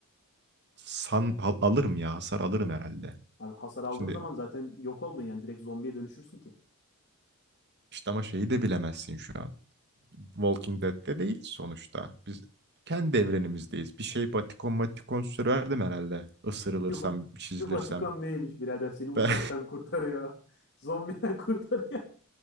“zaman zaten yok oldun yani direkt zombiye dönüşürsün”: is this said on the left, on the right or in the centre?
Left